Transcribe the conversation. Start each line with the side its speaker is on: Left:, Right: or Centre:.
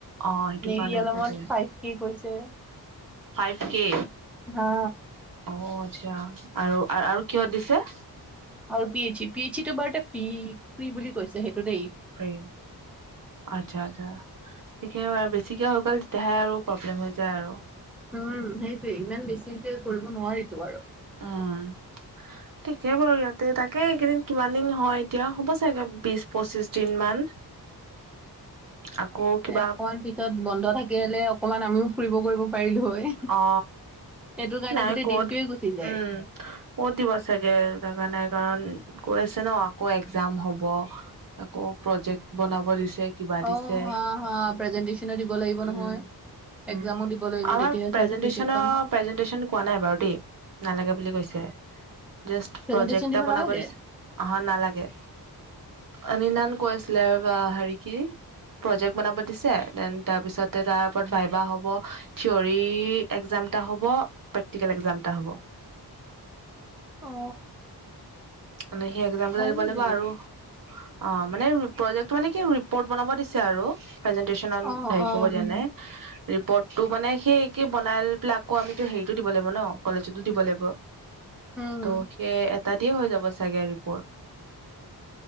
Right: অ সেইটো
Centre: নেৰীৱালমত
Right: কাৰণে চাগে
Centre: ফাইভ কে কৈছে।
Right: ফাইভ কে।
Centre: হা।
Right: অ', আচ্ছা, আৰু, আৰু কিহত দিছে।
Centre: আৰু P H E, P H ইটো বাৰুতে ফি ফ্ৰী বুলি কৈছে সেইটো দেই।
Right: ফ্ৰি। আচ্ছা, আচ্ছা একেবাৰে বেছিকৈ হৈ গ'ল তেতিয়াহে আৰু প্ৰব্লেম হৈ যায় আৰু।
Centre: উম, সেইটোৱে ইমান বেছিকে কৰিব নোৱাৰিতো আৰু।
Right: উম। ঠিকে বাৰু ইয়াতে, তাকে এইকেইদিন কিমান দিন হয় এতিয়া হ'ব চাগে বিছ পঁচিছ দিন মান। আকৌ কিবা
Centre: অকমান পিছত বন্ধ থাকিলে অকমান আমিও ফুৰিব কৰিব পাৰিলো হয়।
Right: অ,
Centre: সেইটো কাৰণে
Right: নাই
Centre: গোটেই
Right: কত,
Centre: দিনটোয়ে গুচি যায়
Right: উম। কত দিব চাগে জেগা নাই কাৰণ কৈ আছে ন, আকৌ এক্জাম হ'ব। আকৌ প্ৰজেক্ট বনাব দিছে। কিবা দিছে
Centre: অ হা হা প্ৰেজেন্টেচন দিব লাগিব
Right: উম
Centre: নহয়।
Right: উম।
Centre: এক্সামো দিব লাগিব
Right: আমাৰ
Centre: তেতিয়াহে
Right: প্ৰেজেন্টেচন
Centre: চাৰ্টিফিকেট পাম
Right: প্ৰেজেন্টেচন কোৱা নাই বাৰু দেই। নালাগে বুলি কৈছে। জাষ্ট
Centre: প্ৰেজেন্টেচন
Right: প্ৰজেক্ট এটা
Centre: দিব
Right: বনাব
Centre: নালাগে
Right: দিছে। অহ নালাগে। অনিন্দান কৈ আছিলে ৰবা, হেৰি কি? প্ৰজেক্ বনাব দিছে, দেন তাৰ পিছতে তাৰ ওপৰত ভাইবা হ'ব, থিয়ৰি এক্জাম এটা হব, প্ৰেক্টিকেল এক্জাম এটা হব।
Centre: অ।
Right: মানে সেই এক্জাম কেইটা
Centre: ভালেই
Right: দিব লাগিব
Centre: তেনেকে
Right: আৰু। অ মানে প্ৰজেক্ট মানে কি ৰিপৰ্ট বনাব দিছে আৰু। প্ৰেজেণ্টটেচনন
Centre: অ'
Right: হেৰি
Centre: অ'
Right: কৰিব দিয়া
Centre: উম
Right: নাই। ৰিপৰ্টটো মানে সেই বনাই পেলাই আকৌ আমিটো হেৰিতো দিব লাগিব ন, কলেজতো দিব লাগিব,
Centre: উম
Right: ত'। এটা দিয়ে হৈ যাব চাগে ৰিপৰ্ট।